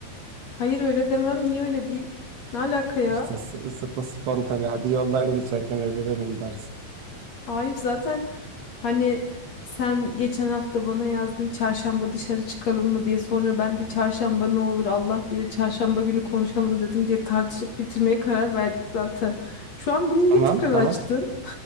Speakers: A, on the left (about 45°); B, on the right (about 70°).
A: Hayır öyle demem. Niye öyle diyeyim? Ne alaka ya?
B: İşte s- sıpı spontane hadi yoldan geçerken evlenelim dersin.
A: Hayır zaten hani sen geçen hafta bana yazdın çarşamba dışarı çıkalım mı diye sonra ben de çarşamba ne olur Allah bilir çarşamba günü konuşalım dedim diye tartışıp bitirmeye karar verdik zaten. Şu an bunu niye
B: Tamam
A: tekrar
B: tamam.
A: açtın?